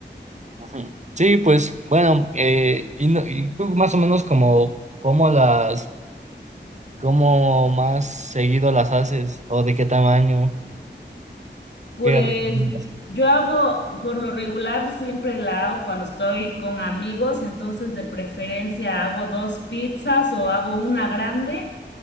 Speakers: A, on the right; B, on the left.
A: Ujú. Sí, pues bueno, eh, y, no- y tú más o menos como cómo las, cómo más seguido las haces o de qué tamaño,
B: Pues
A: qué recomiendas.
B: yo hago, por lo regular, siempre la hago cuando estoy con amigos, entonces de preferencia hago dos pizzas o hago una grande